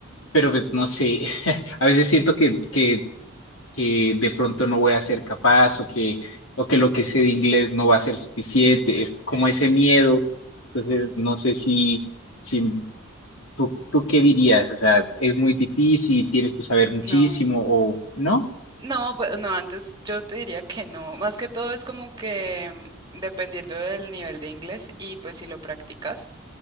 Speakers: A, on the left; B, on the right.
A: pero pues no sé, <laughs> a veces siento que, que que de pronto no voy a ser capaz o que, o que lo que sé de inglés no va a ser suficiente, es como ese miedo. Entonces, no sé si, si tú, tú qué dirías, o sea, es muy difícil, tienes que saber muchísimo
B: No,
A: o no.
B: no, pues no, antes yo te diría que no. Más que todo es como que mm, dependiendo del nivel de inglés y pues si lo practicas.